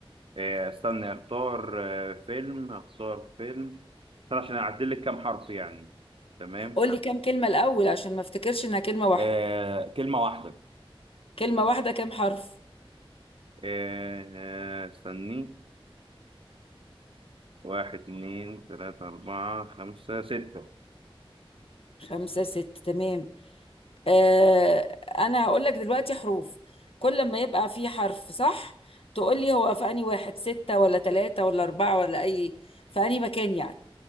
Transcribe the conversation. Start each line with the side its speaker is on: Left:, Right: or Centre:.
Right: آه استنى اختار آه فيلم اختار فيلم استنى عشان اعدل لك كام حرف يعني تمام
Left: قول لي كام كلمة الأول عشان ما افتكرش انها كلمة واحدة
Right: آه كلمة واحدة
Left: كلمة واحدة كام حرف
Right: آه آه، استني واحد اتنين تلاتة أربعة خمسة ستة
Left: خمسة ستة تمام آه انا هقول لك دلوقتي حروف كل ما يبقى فيه حرف صح تقول لي هو في انهي واحد ستة ولا ثلاثة ولا أربعة ولا أي في انهي مكان يعني